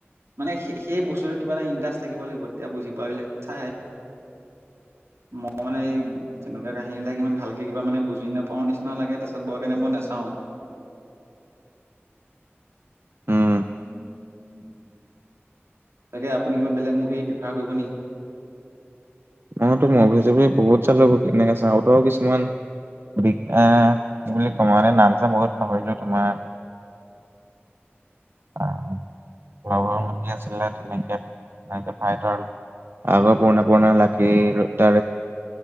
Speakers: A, on the right; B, on the right.
A: মানে সেই বস্তুটোৰ কিবা এটা ইণ্টাৰেষ্ট থাকিব লাগিব। তেতিয়া বুজি পোৱাবিলাক চায়। মই মানে এই তেনেকুৱা কাহিনীবিলাক ইমান ভালকে কিবা মানে বুজি নাপাওঁ নিচিনা লাগে। তাৰপিছত বৰ কাৰণে মই নাচাওঁ।
B: উম
A: <unintelligible> তাকে আপুনি কিবা বেলেগ মুভি প্ৰেফাৰ কৰিব নি?
B: মইটো মভি-চভি বহুত চালো। এইবোৰ কেনেকা চাউথৰ কিছুমান বিকা কি বুলি কওঁ মানে নাম-চাম বহুত পাহৰিলো তোমাৰ। অ, অ। লগৰ <unintelligible> আছিলে তেনেকে। <unintelligible> আগৰ পুৰণা পুৰণা লা <unintelligible>